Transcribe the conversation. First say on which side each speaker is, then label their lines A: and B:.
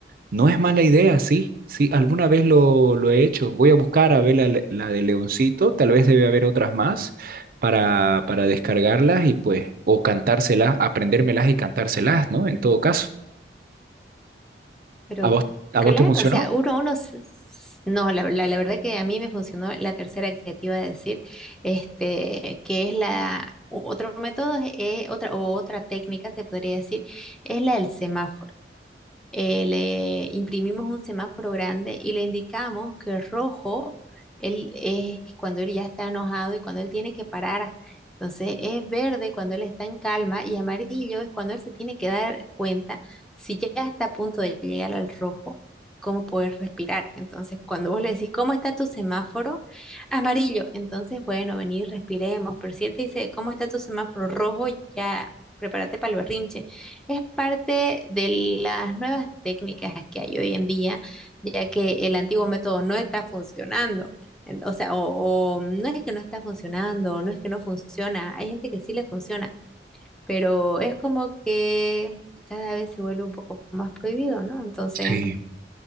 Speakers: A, on the right (about 50°); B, in the centre.
A: no es mala idea, sí, sí, alguna vez lo, lo he hecho. Voy a buscar a ver la, le- la de Leoncito, tal vez debe haber otras más para, para descargarlas y pues, o cantárselas, aprendérmelas y cantárselas, ¿no? En todo caso,
B: Pero
A: ¿a vos, a
B: claro,
A: vos te funcionó?
B: o sea, uno, uno, s- s- no, la, la- la verdad que a mí me funcionó la tercera que te iba a decir, este, que es la, o- otro método, es, es otra, o otra técnica se podría decir, es la del semáforo eh, le imprimimos un semáforo grande y le indicamos que rojo él es cuando él ya está enojado y cuando él tiene que parar. Entonces es verde cuando él está en calma y amarillo es cuando él se tiene que dar cuenta si ya está a punto de llegar al rojo, cómo poder respirar. Entonces cuando vos le decís, ¿cómo está tu semáforo? Amarillo. Entonces, bueno, venir, respiremos. Pero si él te dice, ¿cómo está tu semáforo rojo? Ya prepárate para el berrinche. Es parte de las nuevas técnicas que hay hoy en día, ya que el antiguo método no está funcionando. En- O sea, o, o no es que no está funcionando, no es que no funciona. Hay gente que sí le funciona, pero es como que cada vez se vuelve un poco más prohibido, ¿no? Entonces,
A: Sí.